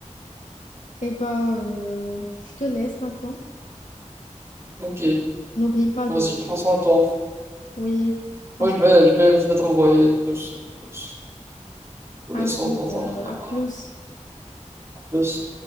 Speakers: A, on the left; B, on the right.
A: Eh ben, euh, je te laisse maintenant.
B: Ok,
A: N'oublie pas
B: vas-y,
A: de...
B: prends soin de toi.
A: Oui, franchement.
B: Moi, je vais, je vais, je vais t'envoyer tous, tous, tous
A: Allez,
B: les sons dont
A: euh,
B: on en a
A: à
B: parlé.
A: plus.
B: À plus.